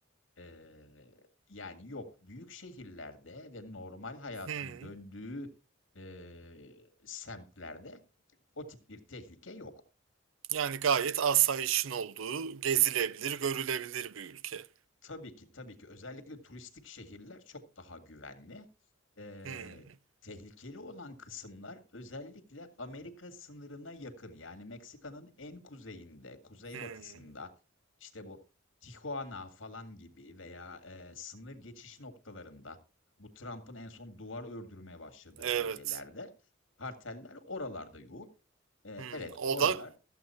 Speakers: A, on the left (about 70°); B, on the right (about 80°).
A: e, yani yok büyük şehirlerde ve normal hayatın
B: Hmm.
A: döndüğü e, semtlerde o tip bir tehlike yok.
B: Yani gayet asayişin olduğu, gezilebilir, görülebilir bir ülke.
A: Tabii ki, tabii ki. Özellikle turistik şehirler çok daha güvenli. Eee,
B: Hmm,
A: tehlikeli olan kısımlar özellikle Amerika sınırına yakın, yani Meksika'nın en kuzeyinde, kuzeybatısında,
B: hmm.
A: işte bu Tijuana falan gibi veya, eee, sınır geçiş noktalarında, bu Trump'ın en son duvar ördürmeye başladığı
B: Evet.
A: bölgelerde karteller oralarda yoğun. Eee,
B: Hmm.
A: evet,
B: O
A: oralar
B: da